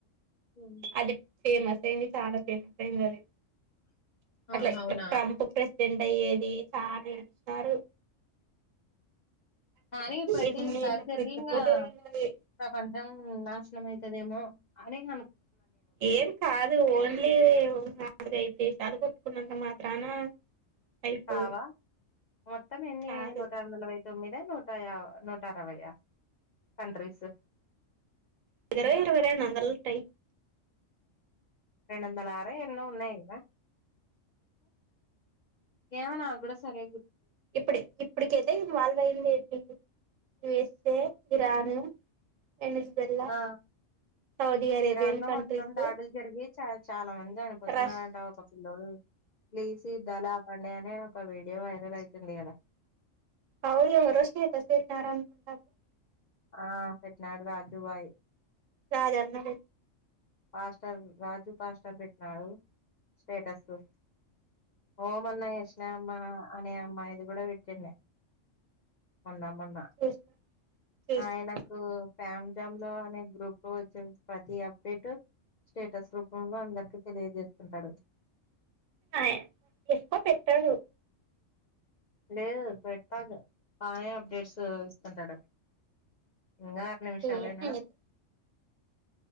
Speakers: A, on the left; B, on the right.
A: హ్మ్మ్
B: అది ఫేమస్ అయింది చాలా ఫేమస్ అయిందది.
A: ఆ
B: అట్లా
A: అవునా
B: ట్రంప్ ప్రెసిడెంట్ అయ్యేది చాల నిలిచినారు.
A: కానీ ఇప్పుడైతే
B: ఎన్నేళ్ల
A: <unintelligible>
B: క్రితంలో జరిగినది
A: ప్రపంచం నాశనం అయితాదేమో! అదను
B: ఏం కాదు ఓన్లీ నాలుగైదు సీసాలు కొొట్టుకున్నంత మాత్రాన అయిపోవు
A: కావా మొత్తమేన్ని
B: కాదు
A: నూట నలవై తొమ్మిద నూట నూటరవై కంట్రీసు
B: విగరవ ఇరవరనా అందలట్టయి
A: రెండొందల ఆరో ఎన్నో ఉన్నాయి కదా? ఎవనా ఆగడ సరే
B: ఇప్పుడి ఇప్పు ఇప్పటికైతే ఇ వాళ్ళ అయిందిడి యుఎస్ఏ ఇరాన్ ఎనిజబెల్
A: ఆ
B: సౌదీ అరేబ్యన్
A: ఇరాన్ లో
B: కంట్రీస్
A: మొత్తం దాడులు జరిగి చ చాలా మంది చనిపోతున్నారంట
B: రష్
A: ఒక పిల్లోడు, పీసిద్దలా మండే నే ఒక ఒక వీడియో వైరలైతుంది గద
B: అవు ఎవ రోషని స ఆరాం కంటాబ <inaudible> <unintelligible>
A: ఆ పెట్నాడు రాజు బాయి
B: రాజన్న
A: పాస్టర్ రాజు పాస్టర్ పెట్టినాడు స్టేటస్సు ఓ మొన్న యశనా అమ్మ అనే అమ్మాయిది కూడా పెట్టిండే. మొన్న మొన్నా
B: చూసిన చేసిన
A: ఆయనకు ఫ్యామ్ జామ్ లో అనే గ్రూప్ లో వచ్చేసి ప్రతి అబ్ పెట్ స్టేటస్ రూపంలో అందరికీ తెలియజేస్తుంటాడు.
B: ఆ ఎప్ప పెట్టరు
A: లేదు పెడతాడు ఆయనే అప్డేట్స్ ఇస్తుంటాడు. ఇంగా ఆరు నిమిషాలేనా
B: ఏ నేనైతే